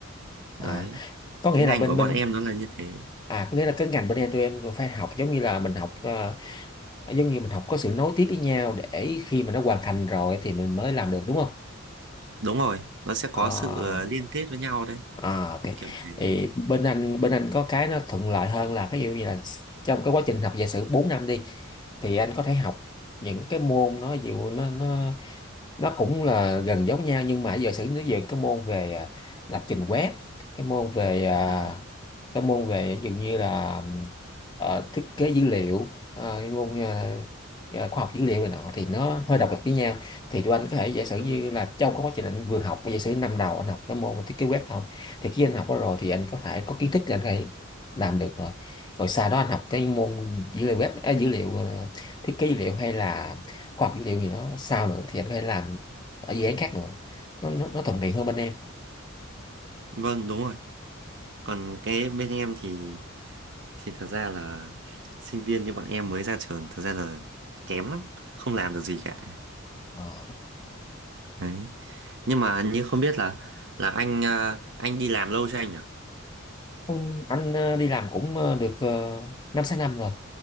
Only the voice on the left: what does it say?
à
có
nghĩa
là bên
bên
à có nghĩa là cái ngành bên em tụi em phải học giống như là mình học ờ, giống như mình học có sự nối tiếp với nhau để khi mà nó hoàn thành rồi thì mình mới làm được đúng không
Ờ,
à, ok
thì bên anh bên anh có cái nó thuận lợi hơn là cái ví dụ như là trong cái quá trình học giả sử 4 năm đi thì anh có thể học những cái môn nó ví dụ nó nó nó cũng là gần giống nhau nhưng mà giả sử nó về cái môn về à, lập trình web cái môn về à,
cái môn về ví dụ như là ờ, thiết kế dữ liệu ờ, môn ờ, ờ, khoa học dữ liệu này nọ thì nó hơi độc lập với nhau thì tụi anh có thể giả sử
như
là trong cái quá trình anh vừa học giả sử năm đầu anh học cái môn thiết kế web không thì khi anh học đó rồi thì anh có thể có kiến thức để anh có thể làm được rồi rồi sau đó anh học cái môn dữ liệu web à, dữ liệu ờ, thiết kế dữ liệu hay là khoa học dữ liệu gì đó sao nữa thì anh có thể làm ở dự án khác nữa nó nó, nó thuận tiện hơn bên em
Ờ.
Ừ, anh ờ, đi làm cũng ờ, được uh, 5 6 năm rồi